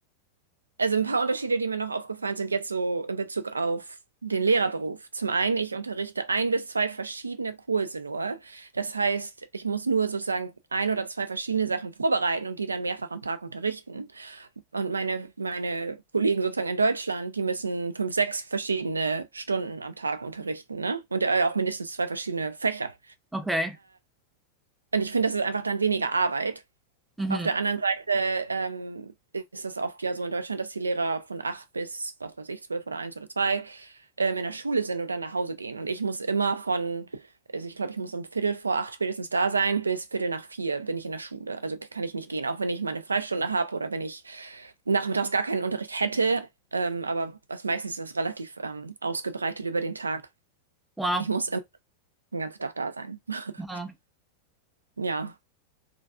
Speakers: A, on the right (about 75°); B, in the centre.
A: also ein paar Unterschiede, die mir noch aufgefallen sind, jetzt so in Bezug auf den Lehrerberuf. Zum einen, ich unterrichte ein bis zwei verschiedene Kurse nur. Das heißt, ich muss nur sozusagen ein oder zwei verschiedene Sachen vorbereiten und die dann mehrfach am Tag unterrichten. Und meine, meine Kollegen sozusagen in Deutschland, die müssen fünf, sechs verschiedene Stunden am Tag unterrichten, ne? Und äh, auch mindestens zwei verschiedene Fächer.
B: okay.
A: Und ich finde, das ist einfach dann weniger Arbeit.
B: Mhm.
A: Auf der anderen Seite ähm, ist das oft ja so in Deutschland, dass die Lehrer von acht bis, was weiß ich, zwölf oder eins oder zwei ähm, in der Schule sind und dann nach Hause gehen. Und ich muss immer von, also ich glaube, ich muss um Viertel vor acht spätestens da sein, bis Viertel nach vier bin ich in der Schule. Also kann ich nicht gehen, auch wenn ich meine Freistunde habe oder wenn ich nachmittags gar keinen Unterricht hätte. Ähm, aber was meistens ist das relativ ähm, ausgebreitet über den Tag.
B: Wow.
A: Ich muss immer den ganzen Tag da sein. <laughs>
B: Aha.
A: Ja.